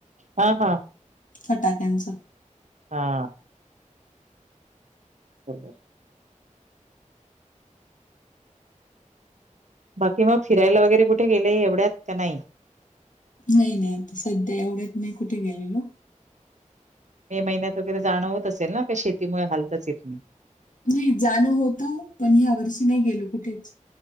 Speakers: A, on the right (about 65°); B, on the left (about 75°).
A: हा हा
B: फटाक्यांचं.
A: हा बरोबर बाकी मग फिरायला वगैरे कुठे गेले एवढ्यात का नाही.
B: नाही नाही आता सध्या एवढ्यात नाही कुठे गेलेलो.
A: मे महिन्यात वगैरे जाणं होत असेल ना का शेतीमुळे हालच येत नाही.
B: नाही जाणं होत पण या्या वर्षी नाही गेलो कुठेच